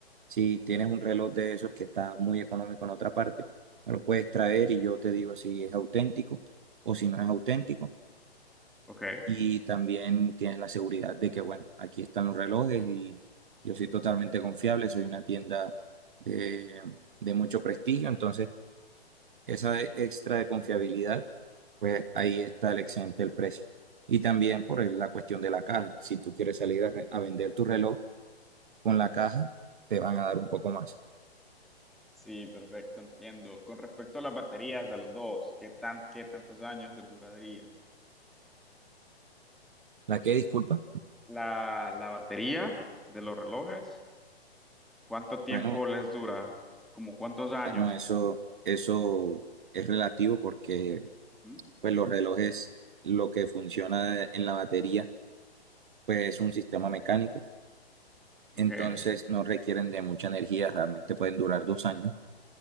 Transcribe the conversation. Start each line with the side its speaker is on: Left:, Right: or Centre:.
Right: si tienes un reloj de esos que está muy económico en otra parte, me lo puedes traer y yo te digo si es auténtico o si no es auténtico.
Centre: ok.
Right: Y también tienes la seguridad de que, bueno, aquí están los relojes y yo soy totalmente confiable, soy una tienda de, de mucho prestigio, entonces esa e- extra de confiabilidad, pues ahí está el excedente del precio. Y también por el- la cuestión de la caja. Si tú quieres salir a, re- a vender tu reloj con la caja, te van a dar un poco más.
Centre: Sí, perfecto, entiendo. Con respecto a las baterías de los dos, ¿qué tan, qué tantos años les duraría?
Right: ¿La que disculpa?
Centre: La, la batería de los relojes, ¿cuánto tiempo
Right: Bueno,
Centre: les dura? ¿Como cuántos años?
Right: bueno, eso, eso es relativo porque
Centre: Ujú,
Right: pues los relojes, lo que funciona en la batería, pues es un sistema mecánico. Entonces
Centre: Ok,
Right: no requieren de mucha energía, realmente pueden durar dos años